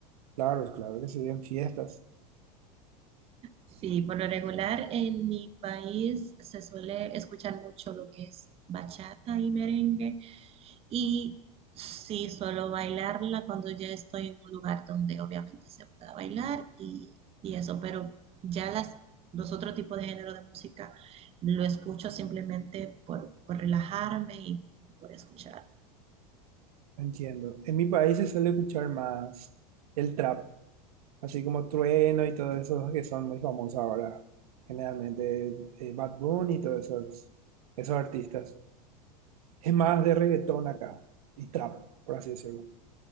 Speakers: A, on the right; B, on the right.
A: Claro, claro que sí, en fiestas.
B: Sí, por lo regular en mi país se suele escuchar mucho lo que es bachata y merengue Y sí, solo bailarla cuando ya estoy en un lugar donde obviamente se pueda bailar y, y eso, pero ya las, los otros tipos de género de música lo escucho simplemente por, por relajarme y por escuchar.
A: Entiendo. En mi país se suele escuchar más el trap, así como Trueno y todos esos que son muy famosos ahora, generalmente eh, Bad Bunny y todos esos, esos artistas. Es más
B: Bueno,
A: de reggaetón acá y trap, por así decirlo.